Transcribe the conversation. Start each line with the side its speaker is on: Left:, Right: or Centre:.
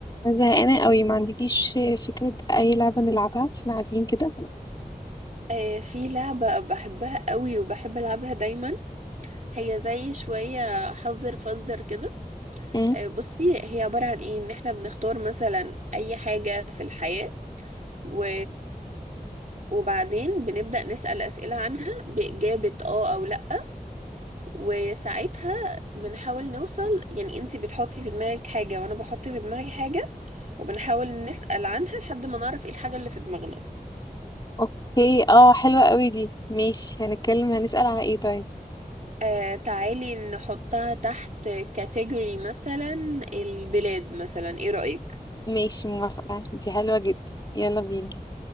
Left: أنا زهقانة قوي ما عندكيش فكرة أي لعبة نلعبها واحنا قاعدين كده
Right: آه، في لعبة بحبها قوي وبحب ألعبها دايما هي زي شوية حذر فزر كده
Left: مم.
Right: آه، بصي هي عبارة عن ايه ان احنا بنختار مثلا اي حاجة في الحياة و... وبعدين بنبدأ نسأل أسئلة عنها بإجابة اه أو لأ وساعتها بنحاول نوصل يعني انتي بتحطي في دماغك حاجة وانا بحط في دماغي حاجة وبنحاول نسأل عنها لحد ما نعرف ايه الحاجة اللي في دماغنا
Left: اوكي اه حلوة قوي دي ماشي هنتكلم هنسأل على ايه طيب
Right: آه تعالي نحطها تحت كاتيجوري مثلا البلاد مثلا ايه رأيك
Left: ماشي موافقة دي حلوة جدا يلا بينا